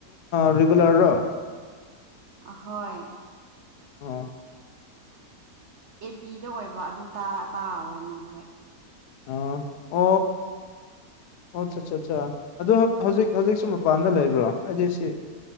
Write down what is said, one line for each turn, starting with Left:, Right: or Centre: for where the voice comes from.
Left: ꯔꯔꯤꯒꯨꯂꯔ ꯔꯣ
Right: ꯑꯍꯣꯏ
Left: ꯑꯥ
Right: ꯑꯦ ꯄꯤꯗ ꯑꯣꯏꯕ ꯑꯗꯨ ꯇꯥꯔꯣꯏꯅ ꯍꯣꯏ
Left: ꯑ ꯑꯣ ꯑꯣ ꯑꯆꯥ ꯑꯠ ꯑꯠꯆꯥꯥ ꯑꯗ ꯍꯧꯖꯤꯛ ꯍꯧꯖꯤꯛꯁꯨ ꯃꯄꯥꯟꯗ ꯂꯩꯕ꯭ꯔꯣ ꯍꯥꯏꯗꯤ ꯁꯤ